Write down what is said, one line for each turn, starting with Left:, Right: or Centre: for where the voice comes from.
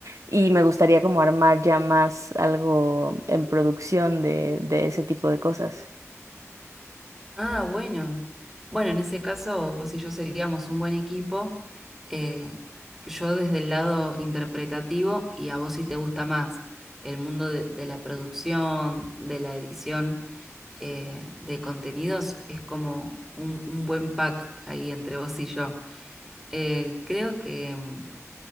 Right: y me gustaría como armar ya más algo en producción de, de ese tipo de cosas.
Centre: Ah, bueno. Bueno, en ese caso, vos y yo seríamos un buen equipo. eh, yo desde el lado interpretativo y a vos si te gusta más el mundo de, de la producción, de la edición eh, de contenidos es como un, un buen pack ahí entre vos y yo. Eh, creo que mm,